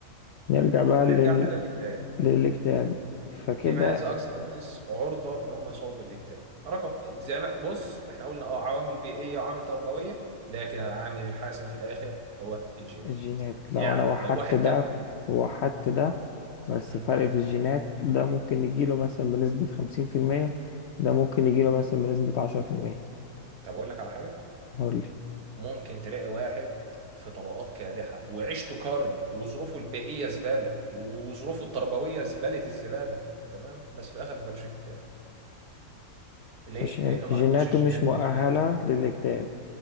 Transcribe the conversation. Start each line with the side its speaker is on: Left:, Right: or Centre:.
Left: نرجع بقى
Right: نرجع
Left: لل...
Right: بقى للاكتئاب
Left: للاكتئاب فكده
Right: لماذا أكثر الناس عرضة إن هم يصابوا بالاكتئاب رقم زي ما بص إحنا قلنا أه عوامل بيئية وعوامل تربوية لكن العامل الحاسم في الآخر هو الجينات
Left: الجينات لو
Right: يعني
Left: انا وحدت
Right: لو واحد كان
Left: ده ووحدت ده بس
Right: مم.
Left: فرق في الجينات ده ممكن يجيله مثلا بنسبة خمسين في المية وده ممكن يجيله مثلا بنسبة عشرة في المية
Right: طب أقول لك على حاجة
Left: قولي
Right: ممكن تلاقي واحد في طبقات كادحة وعيشته كرب وظروفه البيئية زبالة وظروفه التربوية زبالة الزبالة تمام بس في الآخر ما جالوش اكتئاب ليه؟
Left: عشان
Right: لأنه ما
Left: جيناته
Right: عندوش الجينات
Left: مش مؤهلة
Right: اللي تأهله
Left: للاكتئاب